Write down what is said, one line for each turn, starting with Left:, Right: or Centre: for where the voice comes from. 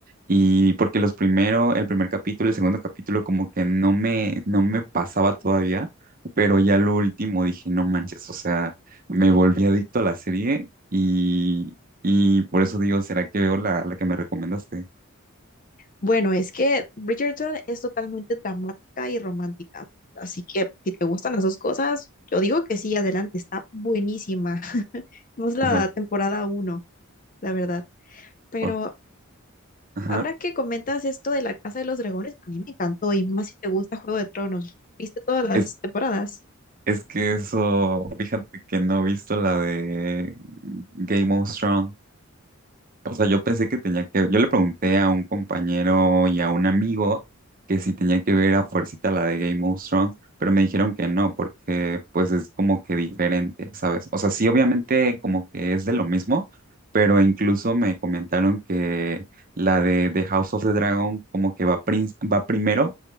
Right: Y porque los primero el primer capítulo, el segundo capítulo, como que no me, no me pasaba todavía, pero ya lo último dije, no manches, o sea, me volví adicto a la serie y, y por eso digo, ¿será que veo la, la que me recomendaste?
Left: Bueno, es que Bridgerton es totalmente dramática y romántica. Así que si te gustan las dos cosas, yo digo que sí, adelante, está buenísima. <laughs> No es la
Right: O-
Left: temporada uno, la verdad. Pero
Right: Ok, ajá.
Left: ahora que comentas esto de la Casa de los Dragones, a mí me encantó y más si te gusta Juego de Tronos. ¿Viste todas las
Right: Es,
Left: temporadas?
Right: es que eso, fíjate que no he visto la de Game of Thrones. O sea, yo pensé que tenía que, yo le pregunté a un compañero y a un amigo que si tenía que ver a fuercita la de Game of Thrones, pero me dijeron que no, porque pues es como que diferente, ¿sabes? O sea, sí, obviamente como que es de lo mismo, pero incluso me comentaron que la de, de House of the Dragon como que va, prin- va primero